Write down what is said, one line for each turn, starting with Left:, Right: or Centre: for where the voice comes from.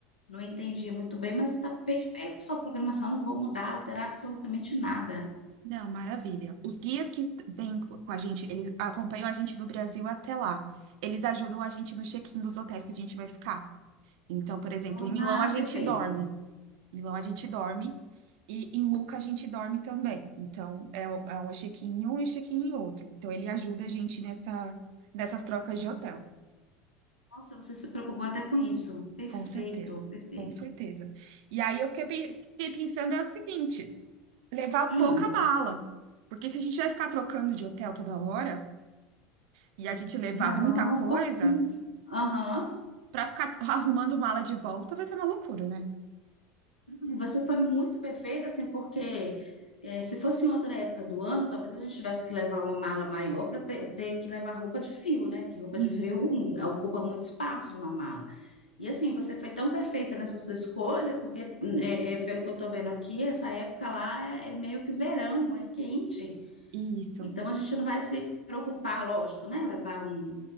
Left: não entendi muito bem, mas está perfeita a sua programação, não vou mudar, alterar absolutamente nada.
Right: Não, maravilha. Os guias que vêm co- com a gente, eles acompanham a gente do Brasil até lá. Eles ajudam a gente no check-in dos hotéis que a gente vai ficar. Então, por exemplo,
Left: Ah,
Right: em Milão a gente
Left: perfeito.
Right: dorme. Em Milão a gente dorme. E em Luca a gente dorme também. Então, é, o- é um check-in em um e check-in em outro. Então, ele ajuda a gente nessa, nessas trocas de hotel.
Left: Nossa, você se preocupou até com isso. Perfeito,
Right: Com certeza.
Left: perfeito.
Right: Com certeza. E aí eu fiquei, pe- fiquei pensando é o seguinte: levar
Left: Hum,
Right: pouca mala. Porque se a gente vai ficar trocando de hotel toda hora e a gente levar
Left: não,
Right: muita coisa,
Left: pouquíssimo. Aham.
Right: pra ficar arrumando mala de volta vai ser uma loucura, né?
Left: E Você foi muito perfeita, assim, porque eh, se fosse em outra época do ano, talvez a gente tivesse que levar uma mala maior para ter, ter que levar roupa de frio, né? Que roupa
Right: Hum.
Left: de frio hum, ocupa muito espaço numa mala. E assim, você foi tão perfeita nessa sua escolha, porque, hum, é, é, pelo que eu estou vendo aqui, essa época lá é é meio que verão, é quente.
Right: Isso.
Left: Então a gente não vai se preocupar, lógico, né? Levar um